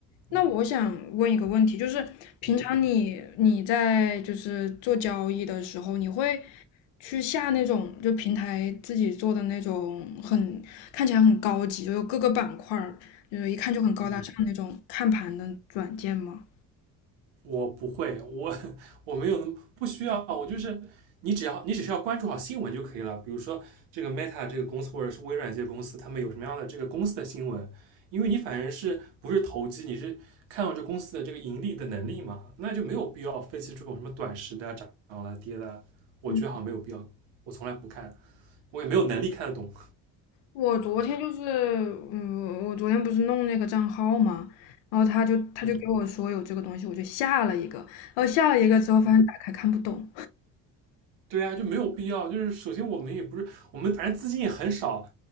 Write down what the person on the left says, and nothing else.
那我想问一个问题，就是平常你你在就是做交易的时候，
你会去下那种就平台自己做的那种很看起来很高级，就有各个板块儿就是一看就很高大上那种看盘的软件吗？
嗯。
我昨天就是，嗯，我昨天不是弄那个账号嘛，然后他就他就给我说有这个东西，
我就下了一个，然后下了一个之后发现打开看不懂，